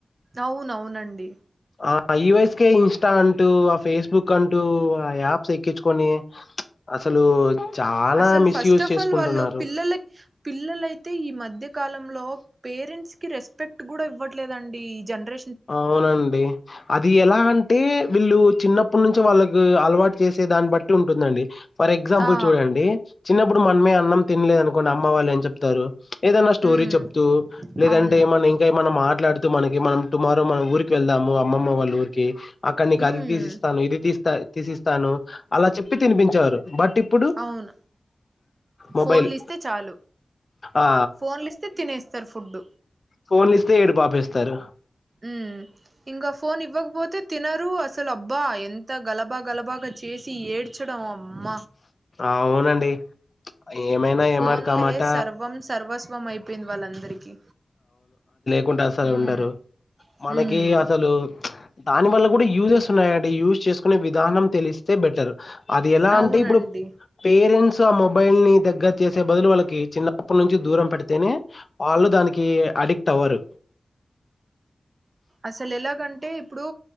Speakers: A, on the right; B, on the left.
A: అవునవునండి
B: ఆ ఈ వైస్కె ఇంస్టా అంటూ ఆ ఫేస్బుక్ అంటూ ఆ యాప్స్ ఎక్కించుకొని అసలు చాలా
A: అసలు
B: మిస్‌యూజ్
A: ఫస్ట్ ఆఫ్
B: చేసుకుంటున్నారు.
A: ఆల్ వాళ్ళు పిల్లల పిల్లలైతే ఈ మధ్య కాలంలో పేరెంట్స్ రెస్పెక్ట్ కూడ ఇవ్వట్లేదండి జనరే
B: అవునండి అది ఎలా అంటే వీళ్ళు చిన్నప్పటి నుంచి వాళ్ళకు అలవాటు చేసే దాన్ని బట్టి ఉంటుందండి ఫర్ ఎగ్జాంపుల్
A: ఆ
B: చూడండి చిన్నప్పుడు మనమే అన్నం తినలేదు అనుకోండి అమ్ మ్మ వాళ్ళు ఏం చెప్తారు ఏదన్నా స్టోరీ
A: ఉమ్
B: చెప్తూ లేదంటే
A: అవును
B: ఏమన్నా ఇంకా ఏమన్నా మాట్లాడుతూ మనకి మనం మనం మన ఊరికి వెళ్దాము అమ్మమ్మ వాళ్ళ ఊరికి అక్కడ నీకు
A: ఉమ్
B: అది తీసిస్తాను ఇది తీస్తా తీసి ఇస్తాను అలా చెప్పి తినిపించారు బట్ ఇప్పుడు
A: అవును
B: మొబైల్
A: ఫోన్లు ఇస్తే చాలు
B: ఆ
A: ఫోన్లు ఇస్తే తినేస్తారు ఫుడ్
B: ఫోన్ ఇస్తే ఏడుపు ఆపేస్తారు
A: హ్మ్ ఇంకా ఫోన్ ఇవ్వకపోతే తినరు అసలు అబ్బా ఎంత గలబా గలబ చేసి ఏడ్చడం అమ్మ
B: అవునండి. ఏమైనా
A: ఫోన్లే
B: ఏమాట కామాట
A: సర్వం సర్వస్ వం అయిపోయింది వాళ్ళందరికీ
B: కుంటే అసలు
A: ఉమ్
B: ఉండరు మనకి
A: ఉమ్
B: అసలు దాని వల్ల కూడా యూజెస్ ఉన్నాయండి యూజ్ చేస్ చేసుకునే విధానం తెలిస్తే బెటర్ అది ఎలా
A: అవునండి
B: అంటే ఇప్పుడు పేరెంట్స్ ఆ మొబైల్ ని దగ్గర చేసే బదులు వాళ్ళకి చిన్నప్పటి నుంచి దూరం పెడితేనే వాళ్ళు దానికి అడిక్ట్ అవ్వరు
A: అసలు ఎలాగంటే ఇప్పుడు